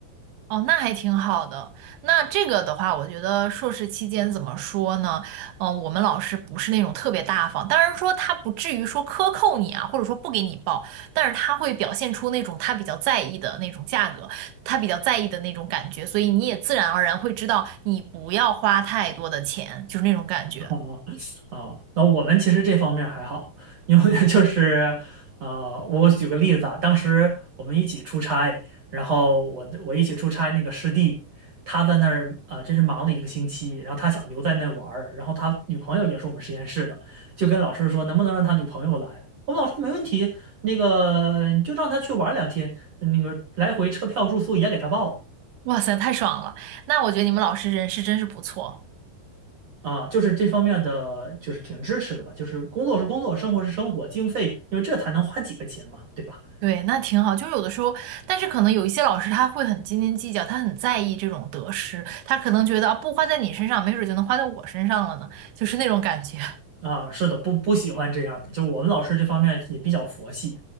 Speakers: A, on the right; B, on the right.
A: 哦，那还挺好的。那这个的话，我觉得硕士期间怎么说呢？嗯、我们老师不是那种特别大方，当然说他不至于说克扣你啊，或者说不给你报，但是他会表现出那种他比较在意的那种价格，他比较在意的那种感觉，所以你也自然而然会知道你不要花太多的钱，就是那种感觉。
B: <laughs> 哦哦，那我们其实这方面还好，因为 <laughs> 就是呃，我举个例子啊，当时我们一起出差，然后我的我一起出差那个师弟，他在那儿呃，真是忙了一个星期，然后他想留在那玩儿，然后他女朋友也是我们实验室的，就跟老师说能不能让他女朋友来，我们老师没问题，那个你就让他去玩儿两天，那个来回车票住宿也给他报了。
A: 哇塞，太爽了！那我觉得你们老师人是真是不错，
B: 啊，就是这方面的就是挺支持的吧，就是工作是工作，生活是生活，经费，因为这才能花几个钱嘛，对吧？
A: 对，那挺好。就有的时候，但是可能有一些老师他会很斤斤计较，他很在意这种得失，他可能觉得啊，不花在你身上，没准儿就能花在我身上了呢，就是那种感觉。
B: 啊，是的，不不喜欢这样的，就我们老师这方面也比较佛系，